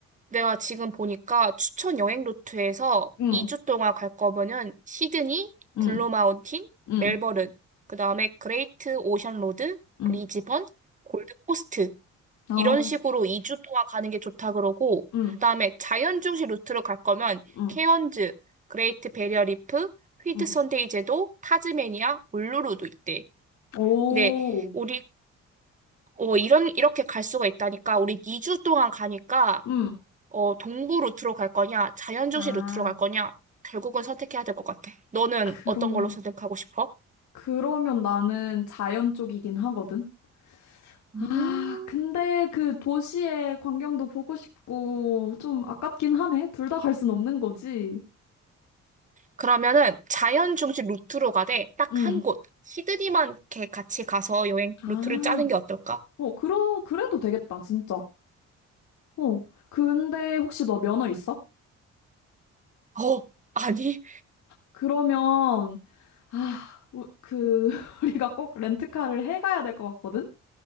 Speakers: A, on the right; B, on the left.
A: 내가 지금 보니까 추천 여행 루트에서
B: 응,
A: 2주 동안 갈 거면은 시드니,
B: 응,
A: 블루마운틴,
B: 응,
A: 멜버른, 그 다음에 그레이트 오션 로드,
B: 응.
A: 브리즈번, 골드코스트
B: 아,
A: 이런 식으로 2주 동안 가는 게 좋다 그러고,
B: 응,
A: 그다음에 자연 중심 루트로 갈 거면
B: 응,
A: 케언즈, 그레이트 베리어 리프, 휘트
B: 응.
A: 선데이 제도, 타즈메니아, 울루루도 있대.
B: 오,
A: 근데 우리 어 이런 이렇게 갈 수가 있다니까 우리 2주 동안 가니까
B: 응.
A: 어 동부 루트로 갈 거냐, 자연 중심
B: 아,
A: 루트로 갈 거냐 결국은 선택해야 될 것 같아. 너는
B: 그러면,
A: 어떤 걸로 선택하고 싶어?
B: 그러면 나는 자연 쪽이긴 하거든?
A: 음.
B: 아, 근데 그 도시의 광경도 보고 싶고, 좀 아깝긴 하네. 둘 다 갈 순 없는 거지.
A: 그러면은 자연 중심 루트로 가되 딱
B: 응.
A: 한 곳, 시드니만 이렇게 같이 가서 여행
B: 아,
A: 루트를 짜는 게 어떨까?
B: 어, 그러, 그래도 되겠다, 진짜. 어, 근데 혹시 너 면허 있어?
A: 어, 아니,
B: 그러면, 아, 우- 그, <laughs> 우리가 꼭 렌트카를 해가야 될 것 같거든?